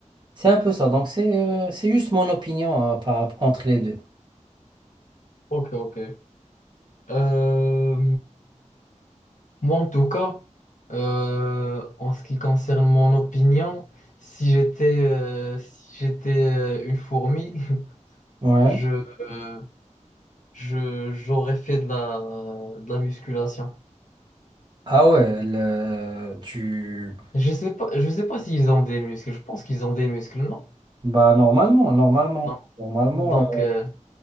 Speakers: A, on the right; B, on the left.
A: c'est un peu ça. Donc, c'est euh, c'est juste mon opinion euh, par, entre les deux.
B: Ok, ok. ok. Euh, moi, en tout cas, euh, en ce qui concerne mon opinion, si j'étais euh, si j'étais euh, une fourmi, <laughs>
A: Ouais.
B: je, euh, je, j'aurais fait de la, de la musculation.
A: Ah ouais, le- tu...
B: Je sais pas, je sais pas s'ils ont des muscles. Je pense qu'ils ont des muscles, non?
A: Bah, normalement, normalement.
B: Non.
A: Normalement.
B: Donc,
A: euh,
B: euh,